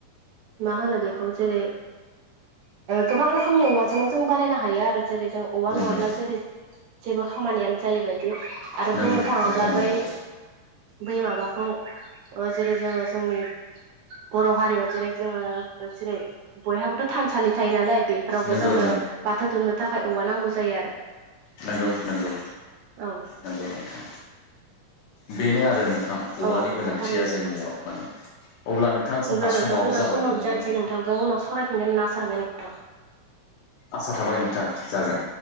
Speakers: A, on the right; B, on the left.
A: मा होनो बेखौ जेरै गोबां रोखोमनि जोंनोथ' बानायनो हायो आरो जेरै जों औवा
B: नंगौ
A: नङाब्ला जेरै जेबो खामानियानो जायैबाय- आरो
B: नंगौ
A: बुंनो थाङोब्ला
B: नोंथां
A: बै
B: नंगौ
A: बै माबाखौ ओ जेरै जोङो जोंनि बर' हारियाव जेरै जोङो जेरै बयहाबोथ' थानसालि थायो नालाय बेफोरावबो
B: नंगौ
A: जोंनो
B: नंगौ
A: बाथो दुमनो थाखाय औवा नांगौ जायो आरो
B: नंगौ नंगौ
A: औ
B: नंगौ नोंथां बेनो आरो नों नोंथां औवानि
A: औ नंगौ
B: गोनांथिया
A: थारैनो
B: जोंनियाव
A: नोंथां
B: मानो अब्ला नोंथाङा जोंहा
A: अब्ला
B: समाबो
A: नोंथां जोंना
B: जाबायमोन
A: समाबो
B: नङा
A: जानोसै
B: नोंथां
A: नोंथांजों उनाव सावरायफिनगोन होनना आसा थाबाय नोंथां
B: आसा थाबाय नोंथां जागोन